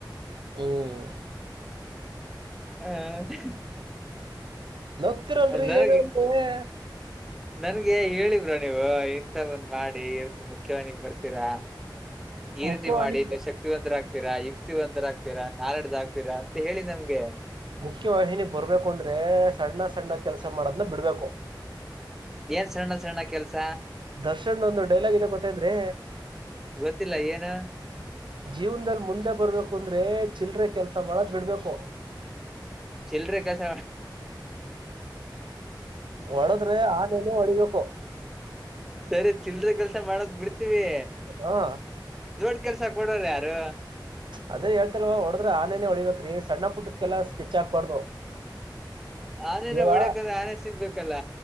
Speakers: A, on the right; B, in the centre.
A: ಹ್ಮ್
B: ಹ್ಮ
A: ನಗ್ತಿರಲ್ಲಿ
B: ನನಗೆ
A: ಏನೇ ಅಂದ್ರುವೇ
B: ನನ್ಗೆ ಹೇಳಿ ಬ್ರೋ ನೀವು ಇಂತ ಬಂದ್ ಮಾಡಿ ಇರ್ತಿ ಮುಖ್ಯವಾಣಿಗೆ ನೀನ್ ಬರ್ತೀರಾ ಈ
A: ಮುಖ್ಯವಾಹಿನಿ
B: ರೀತಿ ಮಾಡಿ ನೀವು ಶಕ್ತಿವಂತರಾಗ್ತೀರ ಶಕ್ತಿವರಾಗ್ತೀರಾ ನಾಲೆಜ್ ಆಗ್ತತಿರಾ ಅಂತ ಹೇಳಿ ನಮ್ಗೆ
A: ಮುಖ್ಯವಾಹಿಣಿಯಲ್ಲಿ ಬರ್ಬೇಕು ಅಂದ್ರೆ ಸಣ್ಣ ಸಣ್ಣ ಕೆಲ್ಸ ಮಾಡದ್ನ ಬಿಡ್ಬೇಕು
B: ಏನ್ ಸಣ್ಣ ಸಣ್ಣ ಕೆಲ್ಸ
A: ದರ್ಶನ್ ಒಂದು ಡೈಲಾಗ್ ಇದೆ ಗೊತ್ತನೆಂದ್ರಿ
B: ಗೊತ್ತಿಲ್ಲ ಏನು
A: ಜೀವನದಲ್ಲಿ ಮುಂದೆ ಬರ್ಬೇಕು ಅಂದ್ರೆ ಚಿಲ್ಲರೆ ಕೆಲಸ ಮಾಡದು ಬಿಡ್ಬೇಕು
B: ಚೀಲರೇ ಕೆಲಸ
A: ಹೋಡಿದ್ರೆ ಆನೇನೆ ಹೊಡಿಬೇಕು
B: ಸರಿ ಚಿಲ್ಲರೆ ಕೆಲ್ಸ ಮಾಡೋದ ಬಿಡ್ತೀವಿ
A: ಹಾ
B: ದೊಡ್ಡ ಕೆಲ್ಸ ಕೊಡೋರು ಯಾರು
A: ಅದೇ ಹೇಳ್ತಿಲ್ವ ಹೊಡ್ರ ಆನೇನೆೇ ಹೊಡಿಬೇಕರೀ ಸಣ್ಣ ಪುಟ್ಟದಕೆಲ್ಲ ಸ್ಕಿಚ್ ಹಾಕ್ಬಾರ್ದು
B: ಆನೆೇನೆ
A: ಇವಾಗ
B: ಹೊಡಿಬೇಕಂದ್ರೆ ಆನೆ ಸಿಗ್ಬೇಕಲ್ಲ